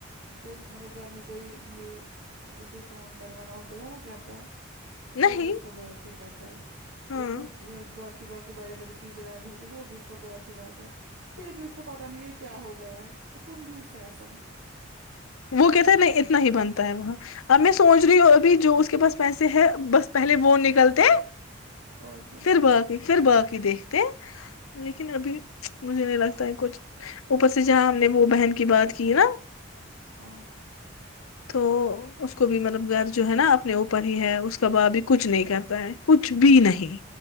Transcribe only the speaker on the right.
کوئی مطلب گھر میں کوئی یہ اگر کوئی کام کروانا ہوتا ہے وہ مت کرتا ہے
وہ بھی اس کا معافی کرتا ہے
یا کوئی باقی باقی بڑے بڑی چیزیں لانی ہوتی وہ بھی اس کا بافلاتا ہے پھر بھی اس کو پت نہیں ہو کہ کیا ہو گیا ہے وہ کون جوس ہے اصل میں
اور کیا
ہاں